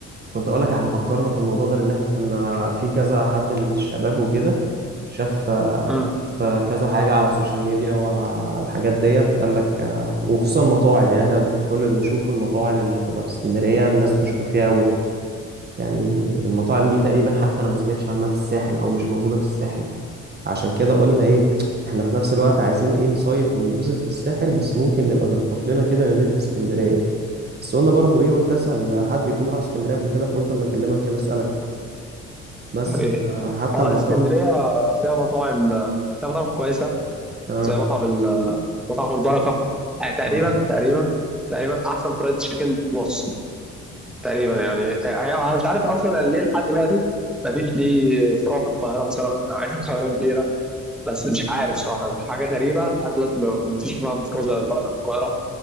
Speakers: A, on the right; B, in the centre.
A: كنت اقول لك احنا فكرنا في الموضوع ده لان احنا كنا في كذا حد من الشباب وكده شاف
B: وكم
A: شاف كذا حاجه على السوشيال ميديا وعلى الحاجات ديت قال لك آه، وخصوصا المطاعم يعني احنا كل بنشوف المطاعم اللي بتبقى في اسكندريه الناس بتشكر فيها قوي يعني المطاعم دي تقريبا حتى انا ما سمعتش عنها في الساحل او مش موجودة في الساحل عشان كده قلنا ايه احنا في نفس الوقت عايزين ايه نصيف وننبسط في الساحل بس ممكن نبقى نخطف لنا كده يومين في اسكندرية بس قلنا برضو ايه قلت اسأل حد يكون راح اسكندرية قبل كده فقلت اما اكلمك كده اسألك بس
B: ايه
A: آه، حتى
B: اه
A: المطاعم
B: اسكندريه فيها مطاعم فيها مطاعم كويسه
A: اه
B: زي مطعم ال... مطعم البركه يعني تقريبا
A: اه
B: تقريبا تقريبا احسن فرايد تشيكن في مصر تقريبا يعني هي انا مش عارف اصلا يعني ليه لحد دلوقتي ما فيش ليه فروع في القاهره مثلا عين القاهره كبيره بس مش عارف صراحه حاجه غريبه لحد دلوقتي ما ما فيش مطعم فروع زي البركه في القاهره